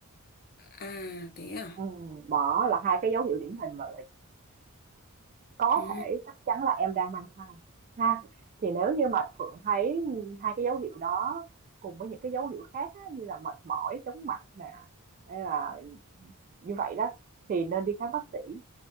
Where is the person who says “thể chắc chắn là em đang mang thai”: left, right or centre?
Right